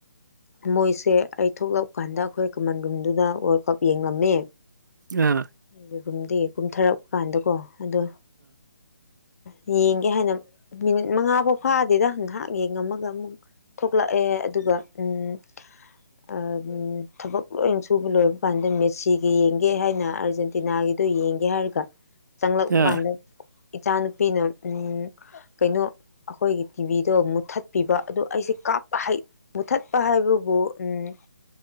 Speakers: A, on the left; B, on the right.
A: ꯃꯣꯏꯁꯦ ꯑꯩ ꯊꯣꯛꯂꯛ ꯀꯥꯟꯗ ꯑꯩꯈꯣꯏ ꯀꯃꯟ ꯔꯨꯝꯗꯨꯗ ꯋꯥꯔꯜ ꯀꯞ ꯌꯦꯡꯂꯝꯃꯦ
B: ꯑꯥ ꯑꯥ
A: ꯑꯗꯨꯒꯨꯝꯗꯤ ꯀꯨꯝꯊꯔꯛꯄ ꯀꯥꯟꯗꯀꯣ ꯑꯗꯣ ꯌꯦꯡꯒꯦ ꯍꯥꯏꯅ ꯃꯤꯅꯤꯠ ꯃꯉꯥ ꯐꯥꯎ ꯐꯥꯗꯦꯗ ꯉꯥꯏꯍꯥꯛ ꯌꯦꯡꯉꯝ ꯃꯨꯛ ꯊꯣꯛꯂꯛꯑꯦ ꯑꯗꯨꯒ ꯎꯝ ꯑꯥ ꯎꯝ ꯊꯕꯛ ꯂꯣꯏ ꯁꯨꯕ ꯂꯣꯏꯕ ꯀꯥꯟꯗ ꯃꯦꯁꯤꯒꯤ ꯌꯦꯡꯒꯦ ꯍꯥꯏꯅ ꯑꯥꯔꯖꯦꯟꯇꯤꯅꯥꯒꯤ ꯑꯗꯨ ꯌꯦꯡꯒꯦ ꯍꯥꯏꯔꯒ ꯆꯪꯂꯛꯄ
B: ꯑꯥ
A: ꯀꯥꯟꯗ ꯏꯆꯥ ꯅꯨꯨꯄꯤꯅ ꯎꯝ ꯀꯩꯅꯣ ꯑꯩꯈꯣꯏꯒꯤ ꯇꯤꯚꯤꯗꯣ ꯃꯨꯊꯠ ꯄꯤꯕ ꯑꯗꯣ ꯑꯩꯁꯦ ꯀꯥꯞꯄ ꯍꯩ ꯃꯨꯊꯠꯄ ꯍꯥꯏꯕꯕꯨ ꯎꯝ